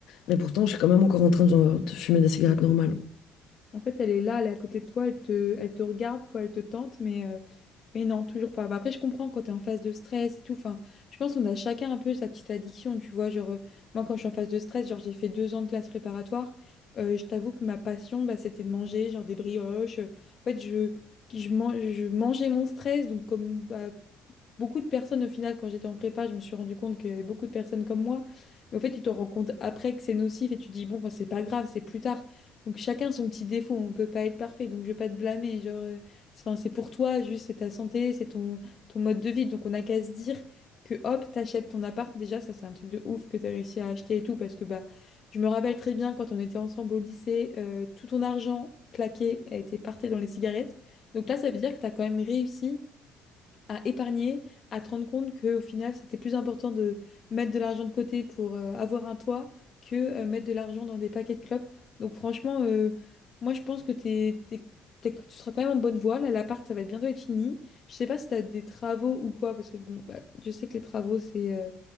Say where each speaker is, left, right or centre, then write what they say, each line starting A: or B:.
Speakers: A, on the left; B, on the left.
A: Mais pourtant, je suis quand même encore en train de, de fumer des cigarettes normales.
B: En fait, elle est là, elle est à côté de toi, elle te, elle te regarde, quoi, elle te tente, mais, euh, mais non, toujours pas. Bah, après, je comprends quand tu es en phase de stress et tout. Enfin, je pense qu'on a chacun un peu sa petite addiction, tu vois. Genre, euh, moi, quand je suis en phase de stress, genre, j'ai fait deux ans de classe préparatoire. euh, je t'avoue que ma passion, bah, c'était de manger, genre des brioches. En fait, je, je, man- je mangeais mon stress, donc comme bah, beaucoup de personnes, au final, quand j'étais en prépa, je me suis rendu compte qu'il y avait beaucoup de personnes comme moi. Mais en fait, tu te rends compte après que c'est nocif et tu te dis, bon, bah, c'est pas grave, c'est plus tard. Donc, chacun son petit défaut, on peut pas être parfait, donc je vais pas te blâmer. Genre, euh, c'est 'fin, c'est pour toi, juste, c'est ta santé, c'est ton, ton mode de vie. Donc, on n'a qu'à se dire que hop, t'achètes ton appart. Déjà, ça, c'est un truc de ouf que t'as réussi à acheter et tout, parce que bah, je me rappelle très bien quand on était ensemble au lycée, euh, tout ton argent claqué a été parté dans les cigarettes. Donc là, ça veut dire que t'as quand même réussi à épargner, à te rendre compte qu'au final, c'était plus important de mettre de l'argent de côté pour euh, avoir un toit que euh, mettre de l'argent dans des paquets de clopes. Donc franchement, euh, moi je pense que t'es, t'es- t'es- tu seras quand même en bonne voie. Là, l'appart, ça va bientôt être fini. Je sais pas si tu as des travaux ou quoi, parce que bon, bah, je sais que les travaux, c'est euh,